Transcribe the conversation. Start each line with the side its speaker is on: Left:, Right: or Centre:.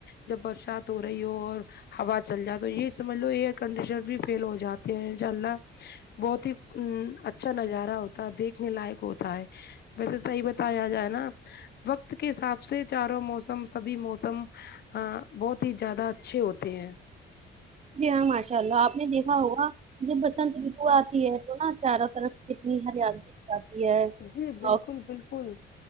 Left: جب برسات ہو رہی ہو اور ہوا چل جائے تو یہ سمجھ لو ایئر کنڈیشنر بھی فیل ہو جاتے ہیں انشاء اللہ بہت ہی ا اچھا نظارہ ہوتا ہے دیکھنے لائق ہوتا ہے ویسے صحیح بتایا جائے نا وقت کے حساب سے چاروں موسم سبھی موسم ہ بہت ہی زیادہ اچھے ہوتے ہیں
Right: جی ہاں ماشاء اللہ آپ نے دیکھا ہوگا جب بسنت رتو آتی ہے تو نا چاروں طرف کتنی ہریالی جاتی ہے
Left: جی بالکل
Right: اور
Left: بالکل